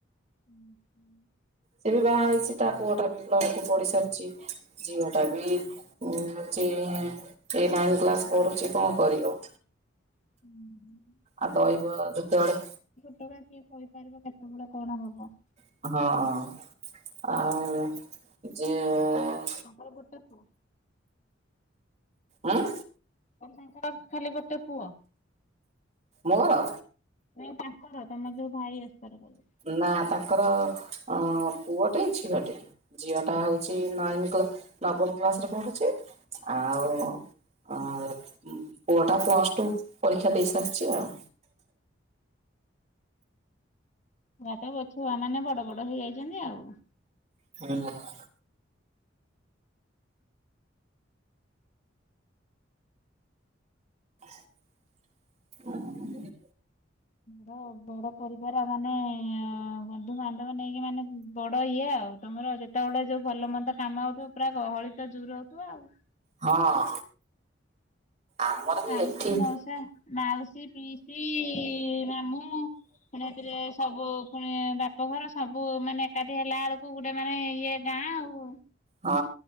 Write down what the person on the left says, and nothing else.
ହୁଁ ହୁ।
ହୁଁ।
କେତବେଳେ କିଏ କହିପାରିବ କେତେବେଳେ କଣ ହବ।
ତାଙ୍କର ଗୋଟେ ପୁଅ।
<unintelligible> ଖାଲି ଗୋଟେ ପୁଅ।
ନାଇ ତାଙ୍କର ତମର ଯୋଉ ଭାଇ ଏକ୍ସପାରି କଲେ।
<unintelligible> ଛୁଆ ମାନେ ବଡ ବଡ ହେଇଯାଇଛନ୍ତି ଆଉ।
ର ବଡ ପରିବାର ମାନେ-ଏ-ଏ-ଏ ବନ୍ଧୁ ବାନ୍ଧବ ନେଇକି ମାନେ ବଡ ଇଏ ଆଉ ତମର ଯେତେବେଳେ ଯୋଉ ଭଲ ମନ୍ଦ କାମ ହଉଥିବ ପୁରା ଗହଳି ତ ଜୋର ହଉଥିବ ଆଉ।
ମାଉସୀ,
ମାଉସା, ମାଉସୀ, ପିଇସି-ଇ-ଇ-ଇ, ମାମୁଁ। ପୁଣି ଏଥିରେ ସବୁ ପୁଣି ବାପଘର ସବୁ ମାନେ ଏକାଠି ହେଲା ଆଳୁ କୋଉଁ ଗୋଟେ ମାନେ ଇଏ ଗାଁ ଆଉ।